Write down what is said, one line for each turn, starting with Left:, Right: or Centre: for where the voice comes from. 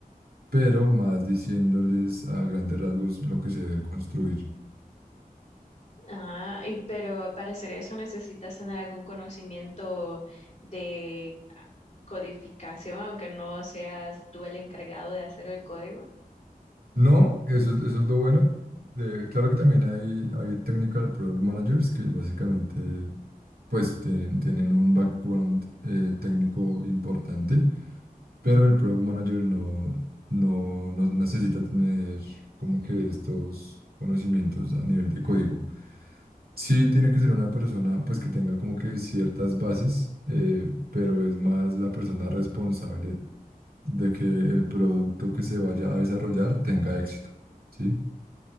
Right: pero más diciéndoles a grandes rasgos lo que se debe construir.
Left: Ah, y pero para hacer eso necesitas tener algún conocimiento de ah, codificación, aunque no seas tú el encargado de hacer el código.
Right: No, eso, es- eso es lo bueno. de- claro que también hay, hay technical product managers que básicamente pues tienen, tienen un background eh, técnico importante, pero el product manager no, no, no necesita tener como que estos conocimientos a nivel de código. Sí, tiene que ser una persona pues que tenga como que ciertas bases, eh, pero es más la persona responsable de que el producto que se vaya a desarrollar tenga éxito, ¿sí?